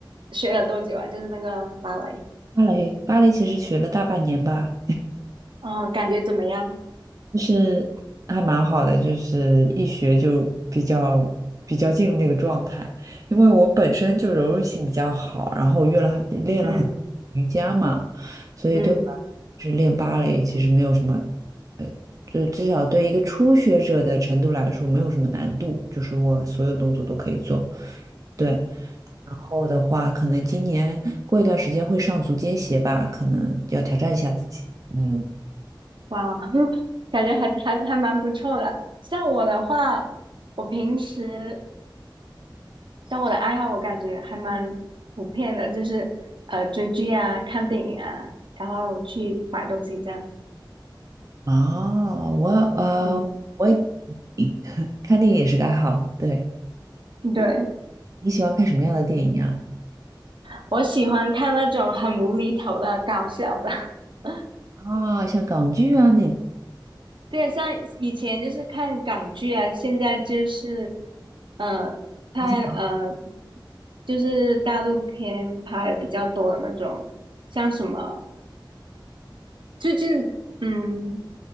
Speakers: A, on the right (about 75°); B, on the right (about 45°).
A: 学了多久啊？就是那个芭蕾。
B: 芭蕾芭蕾其实学了大半年吧。
A: 哦，感觉怎么样？
B: 就是还蛮好的，就是一学就比较比较进入那个状态，因为我本身就柔韧性比较好，然后我约了很练了很多瑜伽嘛，
A: 嗯
B: 所以对我来说，
A: 嗯，
B: 是练芭蕾其实没有什么，就至少对一个初学者的程度来说没有什么难度，就是我所有动作都可以做。对，然后的话，可能今年过一段时间会上足尖鞋吧，可能要挑战一下自己。嗯。
A: 哇，<laughs> 感觉还还还蛮不错的。像我的话，我平时像我的爱好，我感觉还蛮普遍的，就是呃追剧啊、看电影啊，然后去买东西这样。
B: 哦，我呃，
A: 嗯，
B: 我也 <laughs> 看电影也是个爱好。对，
A: 对，
B: 你喜欢看什么样的电影啊？
A: 我喜欢看那种很无厘头的搞笑的，<laughs>
B: 啊，像港剧啊那种
A: 对，像以前就是看港剧啊，现在就是，呃，看呃，
B: 开心麻花。
A: 就是大陆片拍的比较多的那种，像什么最近，嗯，